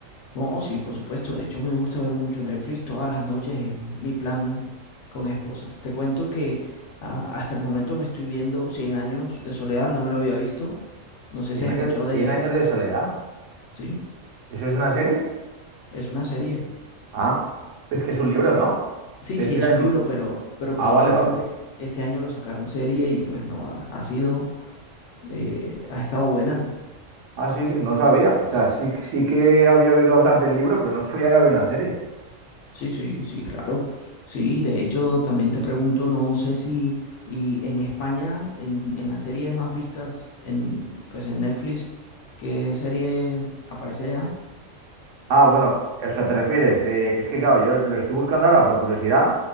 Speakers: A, on the left; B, on the right.
A: No, sí, por supuesto, de hecho me gusta ver mucho Netflix todas las noches, es mi plan con esposas. Te cuento que ah, hasta el momento me estoy viendo Cien años de soledad, no me lo había visto, no sé
B: ¿Cien
A: si has escuchado
B: años,
A: de
B: Cien
A: ella,
B: años de soledad?
A: ¿sí?
B: ¿Eso es una serie?
A: Es una serie.
B: Ah, es que es un libro, ¿no?
A: Sí,
B: Estoy
A: sí,
B: inspirado
A: es un
B: en
A: libro,
B: un-
A: pero, pero precisamente
B: Ah, vale, vale.
A: este año lo sacaron serie y pues no, ha, ha sido, eh, ha estado buena,
B: Ah, sí, sí, no sabía. O sea, sí, sí que había oído hablar del libro, pero no sabía que había una serie.
A: Sí, sí, sí, claro. Sí, de hecho, también te pregunto, no sé si y en España, en, en las series más vistas en, pues en Netflix, ¿qué serie aparece allá?
B: Ah, bueno, o sea, te refieres, eh, es que claro, yo lo estoy buscando ahora por curiosidad,